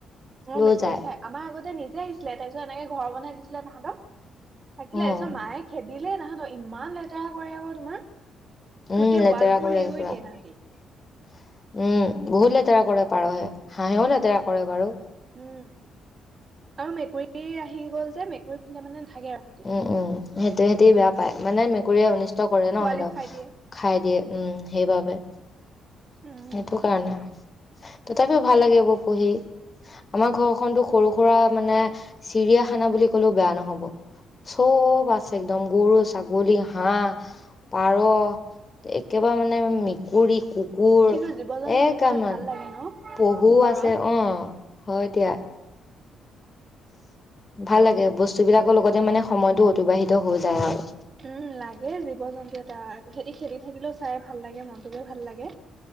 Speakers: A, on the right (about 40°); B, on the left (about 30°).
A: অহ
B: লৈ
A: মেকুৰীয়ে
B: যায়
A: খাই আমাৰ আগতে নিজে আহিছিলে তাৰ পিছত এনেকে ঘৰ বনাই দিছিল। ছিলে তাহাতক। থাকিলে
B: উম
A: চ মায়ে খেদিলে তাহাতক ইমান লেতেৰা কৰে আকৌ তোমাৰ।
B: উম',
A: গোটেই
B: লেতেৰা
A: ৱাল বোৰ
B: কৰে
A: হেৰি কৰি
B: পুৰা
A: দিয়ে
B: উম
A: তাহাঁতি
B: ', বহুত লেতে লেতেৰা কৰে পাৰহে হাঁহেও লেতেৰা কৰে বাৰু
A: উম', আৰু মেকুৰীও এই আহি গ'ল যে মেকুৰী পিলে মানে। নাথাকে আৰু তাহাঁতি
B: উম - উম সেইটো সিহঁতে বেয়া পায় মানে মেকুৰী অনিচিত কষ্ট কৰে
A: পোৱালি
B: ন সেত
A: খাই দিয়ে
B: খাই দিয়ে উম ', সেইবাবে
A: উম
B: সেইটো কাৰণে তথাপিও ভাল লাগে এইবোৰ পঢ়ি আমাৰ ঘৰখনতো সৰু -সুৰা মানে চিৰিয়াখানা বুলি ক'লেও বেয়া নহয়। চব আছে একদম গৰু, ছাগল বগলি হাঁহ পাৰ একেবাৰে মানে মেকুৰী কুকু কোৰ
A: কিন্তু জীৱ জন্তু
B: এহ
A: থাকিলে
B: কামান
A: ভাল লাগে ন
B: পহু
A: ঘৰত
B: আছে অহ। হয় দিয়া। ভাল লাগে বস্তু বিলাকৰ লগতে মানে। সময়টো অতিবাহিত হৈ যায় আৰু
A: উম', লাগে জীৱ জন্তু এটা সেতি খেলি থাকিলেও। চাই ভাল লাগে মনটোকে ভাল লাগে।